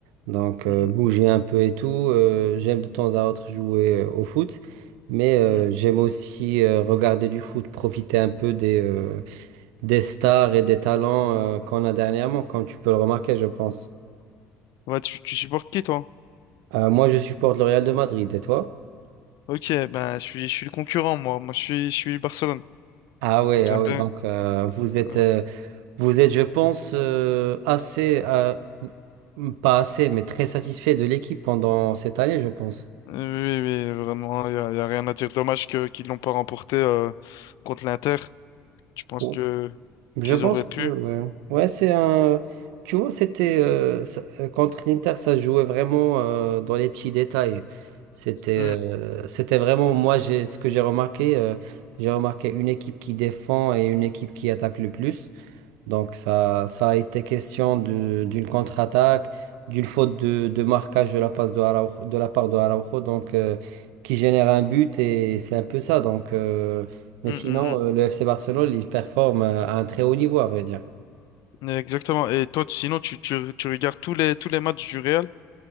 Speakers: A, on the right; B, on the left.
A: Donc
B: Mhm.
A: euh, bouger un peu et tout. Euh, j'aime de temps à autre jouer euh, au foot. Mais euh,
B: Mhm.
A: j'aime aussi euh, regarder du foot, profiter un peu des, euh, des stars et des talents euh, qu'on a dernièrement, comme tu peux le remarquer, je pense.
B: Ouais, tu tu supportes qui toi?
A: Euh, moi, je supporte le Real de Madrid, et toi?
B: OK, ben je suis je suis le concurrent moi. Moi je suis je suis Barcelone.
A: Ah ouais,
B: J'aime
A: ah ouais,
B: bien.
A: donc euh, vous êtes,
B: Euh,
A: euh, vous êtes, je pense, euh, assez, euh, pas assez, mais très satisfait de l'équipe pendant cette année, je pense.
B: Oui, oui, oui, vraiment, il y a, y a rien à dire. Dommage que qu'ils l'ont pas remporté euh, contre l'Inter. Je pense
A: Oui.
B: que
A: Je
B: qu'ils
A: pense
B: auraient
A: que,
B: pu.
A: ouais, ouais, c'est un, tu vois, c'était euh, ça- euh, contre l'Inter, ça se jouait vraiment euh, dans les petits détails. C'était,
B: Mm,
A: euh, c'était vraiment, moi, j'ai, ce que j'ai remarqué, euh, j'ai remarqué une équipe qui défend et une équipe qui attaque le plus. Donc ça, ça a été question de- d'une contre-attaque, d'une faute de, de marquage de la passe de Araujo- de la part de Araujo, donc euh, qui génère un but et c'est un peu ça. Donc, euh, mais
B: mm,
A: sinon,
B: mm, mm.
A: euh, le FC Barcelone, il performe euh, à un très haut niveau, à vrai dire.
B: Exactement. Et toi, tu- sinon, tu, tu, tu regardes tous les, tous les matchs du Real?